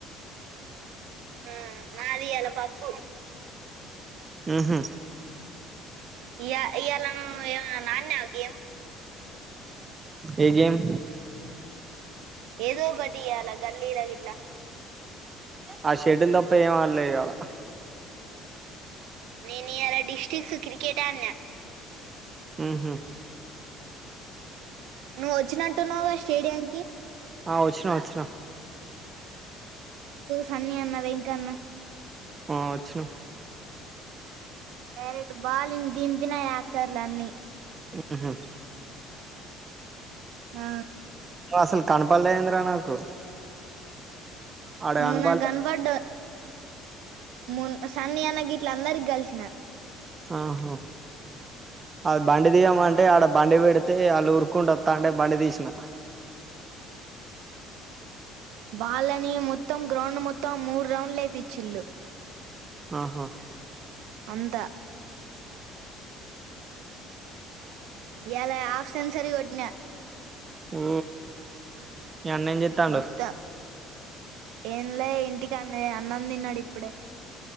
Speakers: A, on the right; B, on the right.
A: ఆ మాది ఇయ్యాల పప్పు
B: అహ
A: ఇ ఇయ్యాల నువ్ అడినావా గేమ్
B: ఏ గేమ్
A: ఏదోకటియలా గల్లీలాగిట్లా
B: ఆ సెటిల్ తప్ప ఏం ఆడలేదు ఇవాలా
A: నేను ఇయల డిస్ట్రిక్ట్ క్రికెట ఆడినా
B: ఆహ
A: నువ్ వచ్చినటునువగా స్టేడియం
B: ఆ వచ్చిన వచ్చిన
A: హన్నీ అన్న వెంకన్న
B: ఆ వచ్చిన
A: డైరెక్ట్ బాలంగ్ దింపిన పకారులన్నీ
B: ఆహా
A: ఆ,
B: అసలు కనపల్ అయిందిరా నాకు ఆడ
A: నుూన
B: కనపడలే
A: గనపడ్డావు ము సన్ని అనగి ఇట్లందరిక కలిసిన
B: ఆహా అది బండి తీయమంటే ఆడ బండి పెడితే వాళ్ళు ఉరుకుంట వస్తా అంటే బండి తీసిన
A: వాలని మొత్తం గ్రౌండ్ మొత్తం మూరు రౌండ్లుయిచ్చిళ్ళలు
B: ఆహా
A: అంత ఈయల ఆఫ్ సెన్సరిీ కొట్న
B: ఉ అన్న ఏం చేత్తాండు
A: మొత్తం ఏంలే ఇంటికి అన్న అన్నందిన్నాడు ఇప్పుడే